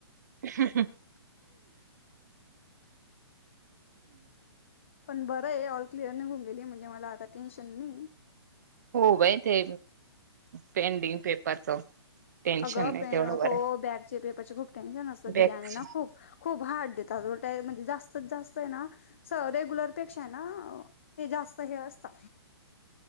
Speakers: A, on the right; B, on the left.
A: <unintelligible>
B: पण बरये. ऑल क्लिअर नीघऊ गेली. म्हणजे मला आता टेन्शन नाही.
A: हो बाई ते, पेंडिंग पेपरच टेन्शन
B: अगं
A: नाही
B: प
A: तेवढं बरं
B: हो बॅगचे पेपरचे खूप टेन्शन
A: आहे
B: असतं
A: बॅकच
B: दीदे आणि ना खूप. खूप हार्ड देतात म्हणजे जास्त जास्त आहे ना स रेग्युलरपेक्षा आहे ना ते जास्त हे असता